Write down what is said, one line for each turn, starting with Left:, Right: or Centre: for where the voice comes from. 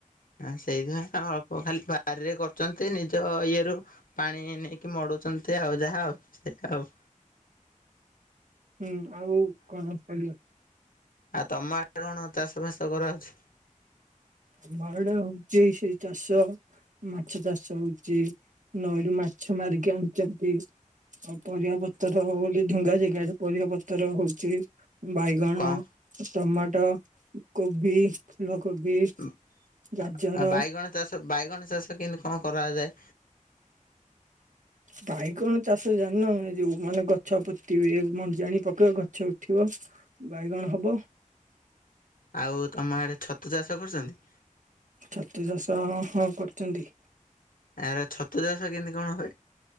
Left: ଆଁ ସେଇଥିପାଇଁ ସା ଅଳ୍ପ ଖାଲି ବାରିରେ କରୁଚନ୍ତି ନିଜ ଇଏରୁୁ ପାଣି ନେଇକି ମଡୁ଼ଉଚ ଅନ୍ତି ଆଉ ଯାହା ଆଉ ଏକା ଆଉ।
Right: ହୁଁ ଆଉ କଣ ପରିବା?
Left: ଆଉ ତମ ଆ କଣ ଚାଷ ଫାସ କରାହଉଛି?
Right: ଆମ ଆଡ଼େ ହଉଚି ସେଇ ଚାଷ ମାଛ ଚାଷ ହୋଉଚି। ନଈରୁ ମାଛ ମାରିକି ଆଣୁଚନ୍ତି। ଆଉ ପରିବା ପତର ବୋଲି ଢୁଙ୍ଗା ଜେଗାରେ ପରିବା ପତର ହୋଉଚି। ବାଇଗଣ
Left: କଣ
Right: ଟମାଟୋ କୋବି ଫୁଲକୋବି।
Left: ଉଁ
Right: ଗାଜର
Left: ଆ ଆ ବାଇଗଣ ଚାଷ ବାଇଗଣ ଚାଷ କେନ୍ତି କଣ କରାଯାଏ?
Right: ବାଇଗଣ ଚାଷ ଜାଣିନ ହେ ଯୋଉ ମାନେ ଗ ଛ ପୋତିବେ ମଞ୍ଜି ଆଣି ପକେଇବେ ଗଛ ଉଠିବ ବାଇଗଣ ହବ।
Left: ଆଉ ତମ ଆଡ଼େ ଛତୁ ଚାଷ କରୁଚନ୍ତି?
Right: ଛତୁ ଚାଷ ହଁ କରୁଚନ୍ତି।
Left: ଏହାର ଛତୁ ଚାଷ କେନ୍ତି କଣ ହୁଏ?